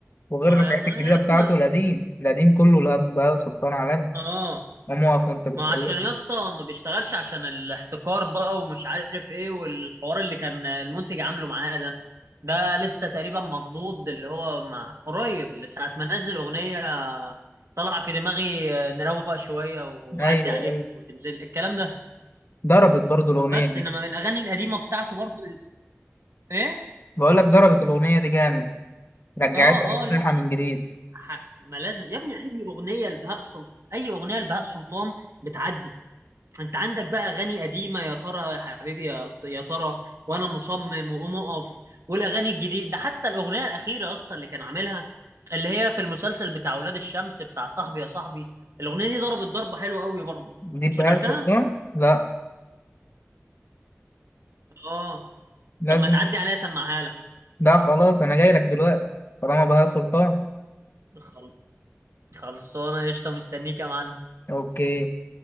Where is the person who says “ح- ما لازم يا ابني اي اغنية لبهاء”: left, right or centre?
Right